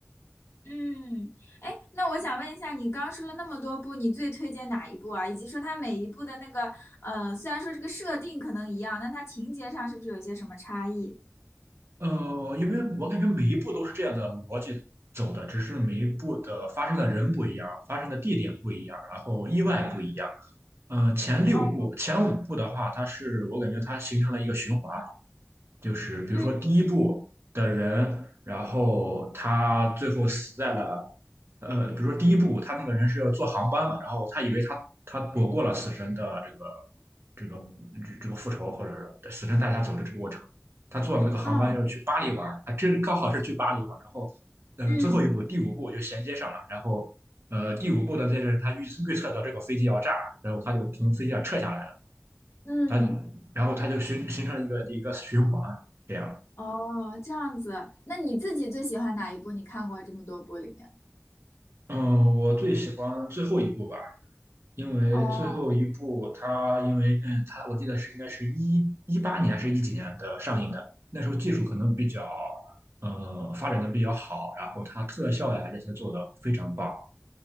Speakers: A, on the left (about 75°); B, on the right (about 60°).
A: 嗯，哎，那我想问一下，你刚说了那么多部，你最推荐哪一部啊？以及说它每一部的那个，呃，虽然说这个设定可能一样，但它情节上是不是有一些什么差异？
B: 呃，因为我感觉每一步都是这样的逻辑走的，只是每一步的发生的人不一样，发生的地点不一样，然后意外不一样。呃，前六部、
A: 哦，
B: 前五部的话，它是我感觉它形成了一个循环，就是比如说第一部的人，
A: 嗯，
B: 然后他最后死在了，呃，比如说第一部他那个人是要坐航班嘛，然后他以为他他躲过了死神的这个这个这个复仇，或者是死神带他走的这个过程，他坐了那个航班要去巴黎玩，
A: 哦，
B: 啊，这刚好是去巴黎玩，然后呃最后一步第五步就衔接上了，
A: 嗯
B: 然后呃第五部的这阵他预预测到这个飞机要炸，然后他就从飞机上撤下来了，
A: 嗯，
B: 他然后他就形形成了一个一个循环。这样，
A: 哦，这样子，那你自己最喜欢哪一部？你看过这么多部里面？
B: 嗯，我最喜欢最后一部吧，因为最后一部它因为嗯，
A: 哦，
B: 它我记得是应该是一一八年还是一几年的上映的，那时候技术可能比较
A: 嗯
B: 呃发展的比较好，然后它特效呀这些做的非常棒。